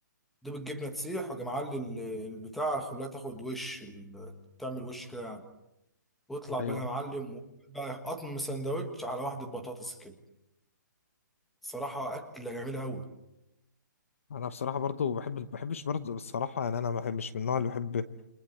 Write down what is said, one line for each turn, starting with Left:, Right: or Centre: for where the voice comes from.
Centre: دوب الجبنه تسيح وأجي معلي ال- البتاع خليها تاخد وش ال- تعمل وش كده يعني واطلع بقى
Left: ايوه
Centre: يا معلم وكل بقى قطم سندوتش على واحده بطاطس كده صراحه اكله جميله قوي
Left: انا بصراحة برضو بحب ما بحبش برضو الصراحة يعني انا ما بحب- مش من النوع اللي بحب